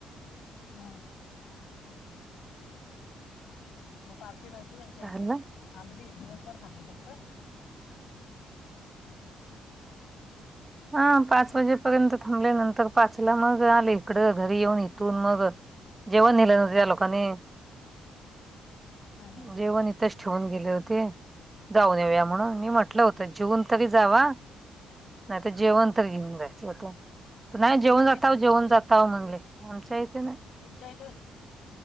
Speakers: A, on the left (about 75°); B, on the right (about 20°).
A: हम मग पार्टी नव्हती त्यांच्या
B: चाललं
A: इथं मग थांबली दिवसभर थांबली फक्त
B: ह पाच वाजेपर्यंत थांबले नंतर पाच तिला मग आले इकड घरी येऊन इथून मग जेवण नेलं नव्ह त्या लोकांनी
A: <inaudible> हा
B: जेवण इथेच ठेवून गेले होते जाऊन येऊया
A: हम्म
B: म्हणून मी म्हटलं तर जेऊन तरी जावा. नाही तर
A: हम्म
B: जेवण तर घेऊन जायचं होत नाही जेवण
A: कुणाच्या
B: जाताव
A: इथं होतं
B: जेवण
A: तुमच्या
B: जाताव म्हणले. आमच्या इथ नाय.
A: तुमच्या इथे